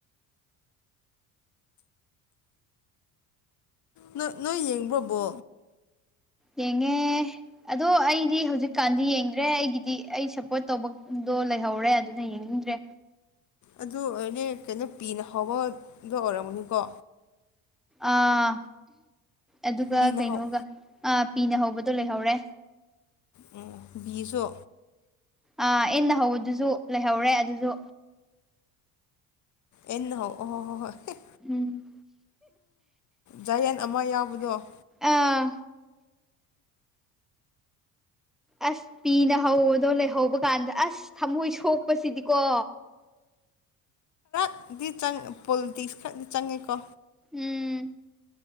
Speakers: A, on the left; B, in the centre.
A: ꯅꯣꯏ ꯅꯣꯏ ꯌꯦꯡꯕ꯭ꯔꯣꯕꯣ
B: ꯌꯦꯉꯦ ꯑꯗꯣ ꯑꯩꯗꯤ ꯍꯧꯖꯤꯛꯀꯥꯟꯗꯤ ꯌꯦꯡꯗ꯭ꯔꯦ ꯑꯩꯒꯤꯗꯤ ꯑꯩ ꯁꯞꯄꯣꯔꯠ ꯇꯧꯕꯗꯣ ꯂꯩꯍꯧꯔꯦ ꯑꯗꯨꯅ ꯌꯦꯡꯅꯤꯡꯗ꯭ꯔꯦ
A: ꯑꯗꯨ ꯑꯣꯏꯔꯅꯦ ꯀꯩꯅꯣ ꯄꯤꯅ ꯍꯧꯕꯗꯣ ꯑꯣꯏꯔꯝꯒꯅꯤꯀꯣ
B: ꯑꯥ ꯑꯗꯨꯒ
A: ꯄꯤꯅ
B: ꯀꯩꯅꯣꯒ
A: ꯍꯧ
B: ꯑ ꯄꯤꯅꯍꯧꯕꯗꯣ ꯂꯩꯍꯧꯔꯦ
A: ꯎꯝ ꯕꯤꯁꯨ
B: ꯑ ꯏꯟꯅ ꯍꯧꯕꯗꯨꯁꯨ ꯂꯩꯍꯧꯔꯦ ꯑꯗꯨꯁꯨ
A: ꯑꯦꯟꯅ ꯍꯣ ꯑꯣ ꯍꯣꯏ ꯍꯣꯏ ꯍꯣꯏ
B: ꯎꯝ
A: ꯖꯌꯦꯟ ꯑꯃ ꯌꯥꯎꯕꯗꯣ
B: ꯑꯥ ꯑꯁ ꯄꯤꯅ ꯍꯧꯕꯗꯣ ꯂꯩꯍꯧꯕ ꯀꯥꯟꯗ ꯑꯁ ꯊꯝꯃꯣꯏ ꯁꯣꯛꯄꯁꯤꯗꯤꯀꯣ
A: ꯑꯗꯨꯗꯤ ꯆꯪ ꯄꯣꯜꯇ ꯈꯔꯗꯤ ꯆꯪꯉꯦꯀꯣ
B: ꯎꯝ